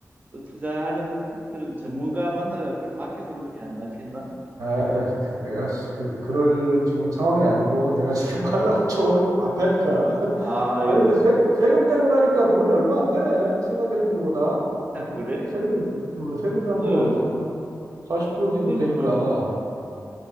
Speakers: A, on the right (about 25°); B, on the right (about 75°).
A: 어, 투자하는 그런 전문가 만나가 그걸 맡겨놓는 게 안 낫겠나?
B: 아, 그 내가 씨, 그 그럴 지금 상황이 아니고 내가 지금 <laughs>
A: 어.
B: 하려고 적어놓은 게 많다니까.
A: 아이고,
B: 아 근데 세금 세금 떼고 나니까 돈이 얼마 안 되네 생각했던 것보다
A: 아,
B: 어
A: 그래?
B: 세금 어, 세금이
A: 그래도,
B: 한뭐한한40%
A: 그래도
B: 되면 되니까
A: 뭐,
B: 어,